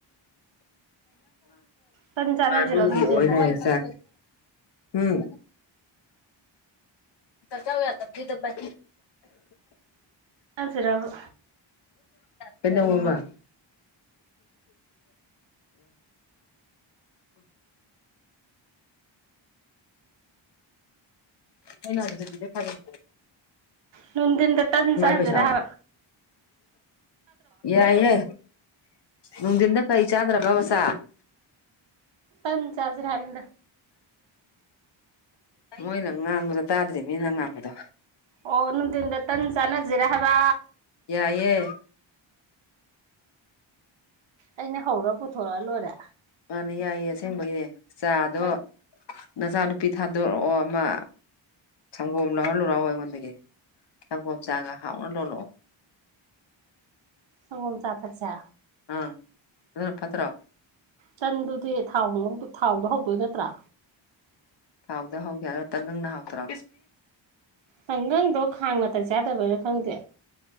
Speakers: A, on the right; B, on the left.
A: ꯇꯟ ꯆꯥꯟꯅꯁꯤꯔꯣ
B: ꯃꯥꯅꯒꯤ
A: ꯅꯨꯡꯊꯤꯟ
B: ꯑꯣꯏꯅꯦ ꯆ ꯎꯝ ꯆꯧꯋ ꯌꯥ ꯗꯕꯤ ꯗ ꯊꯄ
A: ꯆꯥꯟꯅꯁꯤꯔꯕ
B: ꯀꯗ ꯋꯥꯕ <inaudible> ꯍꯩꯅꯗꯗꯒꯤ ꯊꯕꯛ
A: ꯅꯗꯤꯟꯗ ꯇꯟꯁ ꯍꯖꯔ
B: ꯄꯩꯁꯥꯕꯨ
A: ꯍꯥ
B: ꯌꯥꯏꯌꯦ ꯅꯨꯡꯊꯤꯟꯗ ꯀꯔꯤ ꯆꯥꯗ꯭ꯔꯕꯕꯁꯥ
A: ꯄꯟ ꯆꯥꯖ ꯔꯍꯃꯗ
B: ꯃꯣꯏꯅ ꯉꯥꯡꯕꯗꯣ ꯇꯥꯗ꯭ꯔꯤ ꯃꯤꯅ ꯉꯥꯡꯕꯗꯣ
A: ꯑꯣ ꯅꯗꯤꯟꯗ ꯇꯟ ꯆ ꯅꯖꯖꯤꯔ ꯍꯥꯏꯕ
B: ꯌꯥꯏꯑꯦ
A: ꯑꯩꯅ ꯍꯧꯔ ꯄꯨꯊꯣꯔꯛꯑ ꯂꯣꯏꯔꯦ
B: ꯃꯥꯅꯦ ꯌꯥꯏꯌꯦ ꯑꯁꯦꯡꯕꯒꯤꯅꯦ ꯆꯥꯗꯣ
A: ꯅꯪ
B: ꯅꯆꯥꯅꯨꯄꯤ ꯊꯥꯗꯣꯔꯛꯑꯣ ꯑꯃ ꯁꯪꯒꯣꯝ ꯂꯧꯍꯜꯂꯨꯔꯛꯑꯣ ꯑꯩꯉꯣꯟꯗꯒꯤ ꯁꯪꯒꯣꯝ ꯆꯥꯒ ꯍꯥꯎꯅ ꯂꯣꯜꯂꯛꯑꯣ
A: ꯑꯣꯝ ꯆꯠꯠꯆꯥ
B: ꯑꯥ ꯑꯗꯨꯅ ꯄꯠꯇꯔꯣ
A: ꯆꯟꯗꯨꯗꯤ ꯊꯥꯎ ꯊꯥꯎꯗꯣ ꯍꯧꯗꯣꯏ ꯅꯠꯇ꯭ꯔꯥ
B: ꯐꯥꯎꯗ ꯍꯧꯒꯦꯔꯇ ꯅꯪꯅ ꯍꯥꯎꯇ꯭ꯔ
A: ꯈꯪꯒꯪꯗꯣ ꯈꯥꯡ ꯉꯇ ꯆꯥꯗꯕꯔ ꯈꯪꯗꯦ